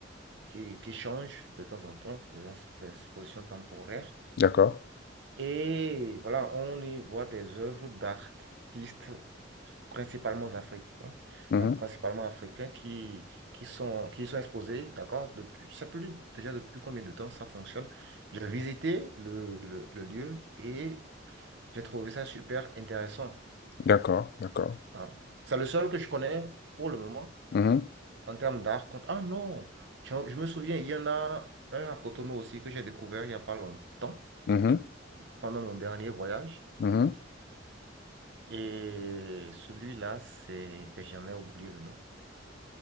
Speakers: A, on the right (about 65°); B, on the left (about 55°).
A: qui, qui changent de temps en temps, des ex- des expositions temporaires.
B: D'accord.
A: Et voilà, on y voit des œuvres d'artistes principalement africains,
B: mhm.
A: euh, principalement africains qui, qui sont, qui sont exposés, d'accord, depuis, je sais plus déjà depuis combien de temps ça fonctionne. J'ai visité le, le, le lieu et j'ai trouvé ça super intéressant.
B: D'accord, d'accord.
A: hein. C'est le seul que je connais pour le moment.
B: Mhm,
A: En termes d'art, compte- ah non, je, je me souviens, il y en a un à Cotonou aussi que j'ai découvert il n'y a pas longtemps,
B: mhm,
A: pendant mon dernier voyage.
B: mhm.
A: Et celui-là, c'est... ben, J'en ai oublié le nom.